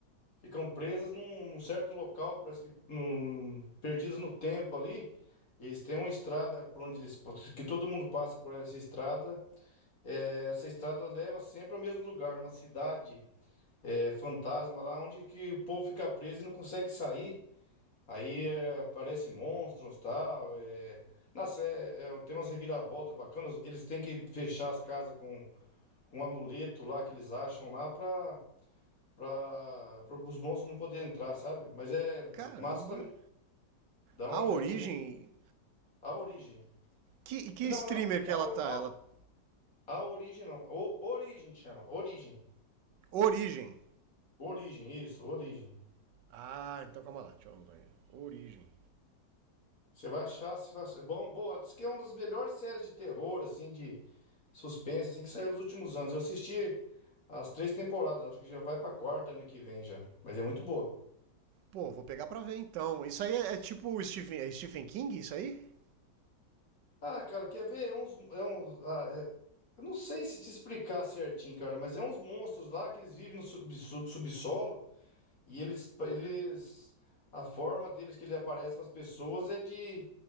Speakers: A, on the left; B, on the right.
A: Ficam presas num, num certo local, parece que num- num- perdidas no tempo ali. Eles têm uma estrada por onde eles, que todo mundo passa por essa estrada. É, essa estrada leva sempre ao mesmo lugar, uma cidade é, fantasma lá, onde que o povo fica preso e não consegue sair. Aí é, aparece monstros, tal. É, nossa, é- é, tem umas reviravoltas bacanas. Eles têm que fechar as casas com, com um amuleto lá que eles acham lá para para os monstros não poderem entrar, sabe? Mas é
B: Caramba.
A: massa também. Dá uma
B: A
A: olhadinha.
B: Origem...
A: qual- que- A origem.
B: Que, que
A: Não,
B: streamer
A: não.
B: que
A: É a,
B: ela
A: ori-
B: tá?
A: a,
B: Ela...
A: ori- a origem, não. O, origem que chama. Origem.
B: Origem.
A: Origem, isso. Origem.
B: Ah, então calma lá, deixa eu anotar aí. Origem.
A: Você vai achar, você vai... achar- Bom, bom, diz que é uma das melhores séries de terror, assim, de suspense, assim, que saiu nos últimos anos. Eu assisti as três temporadas. Acho que já vai pra quarta ano que vem já. Mas é muito boa.
B: Pô, vou pegar pra ver então. Isso aí é, é tipo Stephen, é Stephen King, isso aí?
A: Ah, cara, quer ver? É uns, é uns, ah, é- eu não sei se te explicar certinho, cara, mas é uns monstros lá que eles vivem no sub, sub- subsolo e eles, eles, a forma deles que ele aparece para as pessoas é de